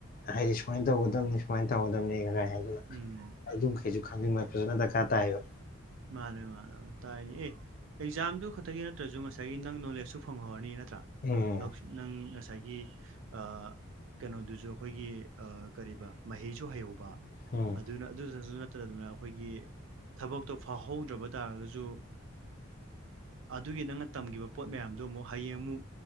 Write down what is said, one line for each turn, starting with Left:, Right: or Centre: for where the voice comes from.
Left: ꯍꯥꯏꯗꯤ ꯁꯨꯃꯥꯏꯅ ꯇꯧꯒꯗꯕꯅꯤ ꯁꯨꯃꯥꯏꯅ ꯇꯧꯒꯗꯕꯅꯤ ꯈꯔ ꯍꯥꯏꯕꯤꯕ
Right: ꯎꯝ
Left: ꯑꯗꯨꯝꯈꯩꯖꯨ ꯈꯪꯖꯤꯟꯕ ꯐꯖꯅ ꯗꯔꯀꯥ꯭ꯔ ꯇꯥꯏꯌꯦꯕ
Right: ꯃꯥꯅꯦ ꯃꯥꯅꯦ ꯃꯥꯅꯦ ꯇꯥꯏꯅꯤ ꯑꯦ ꯑꯦꯛꯖꯥꯝꯗꯨ ꯒꯤ ꯅꯠꯇ꯭ꯔꯖꯨ ꯉꯁꯥꯏꯒꯤ ꯅꯪ ꯅꯣꯂꯦꯖꯁꯨ ꯐꯪꯍꯧꯔꯅꯤ ꯅꯠꯇ꯭ꯔꯥ
Left: ꯎꯝ
Right: ꯂꯧ ꯅꯪ ꯉꯁꯥꯏꯒꯤ ꯑ ꯀꯩꯅꯣꯗꯨꯁꯨ ꯑꯩꯈꯣꯏꯒꯤ ꯑ ꯀꯔꯤꯕ ꯃꯍꯩꯁꯨ ꯍꯩꯍꯧꯕ
Left: ꯎꯝ
Right: ꯑꯗꯨꯅ ꯑꯗꯨꯗꯁꯨ ꯅꯠꯇꯗꯅ ꯑꯩꯈꯣꯏꯒꯤ ꯊꯕꯛ ꯇꯨ ꯐꯥꯎꯍꯧꯗ꯭ꯔꯕ ꯇꯥꯔꯒꯖꯨ ꯑꯗꯨꯒꯤ ꯅꯪꯅ ꯇꯝꯒꯤꯕ ꯄꯣꯠ ꯃꯌꯥꯝꯗꯨ ꯑꯃꯨꯛ ꯍꯌꯦꯡ ꯑꯃꯨꯛ